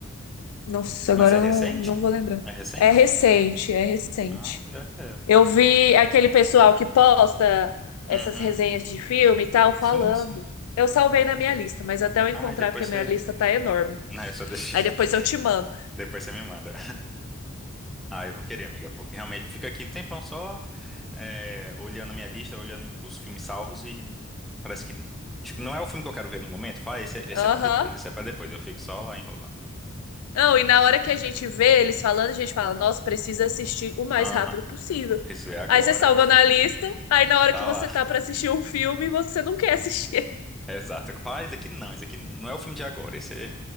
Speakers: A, on the left; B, in the centre.
A: Nossa, agora
B: Mas é
A: eu
B: recente?
A: não, não vou lembrar.
B: É recente?
A: É recente, é recente.
B: Ah, já quero.
A: Eu vi aquele pessoal que posta essas
B: Uhum.
A: resenhas de filme e tal falando.
B: Sim, sim.
A: Eu salvei
B: Ah,
A: na minha lista, mas até eu encontrar,
B: ah, e depois
A: porque a
B: você.
A: minha lista tá enorme.
B: Não, eu só deixei.
A: Aí
B: <laughs>
A: depois eu te mando.
B: Depois você me manda. Ah, eu vou querer, amiga, porque realmente eu fico aqui um tempão só é, olhando a minha lista, olhando os filmes salvos e parece que, tipo, não é o filme que eu quero ver no momento. Fala, ah, esse, é- esse
A: Aham.
B: é pra depois, esse é pra depois. Eu fico só lá enrolando.
A: Não, e na hora que a gente vê eles falando, a gente fala, nossa, precisa assistir o mais
B: Aham,
A: rápido possível.
B: preciso ver agora.
A: Aí você salva
B: <laughs>
A: na lista, aí na hora
B: Tá
A: que você
B: lá,
A: tá pra assistir um filme, você não quer assistir. <laughs>
B: exato. Eu falo, Ah, esse aqui não, esse aqui não é o filme de agora. Esse é,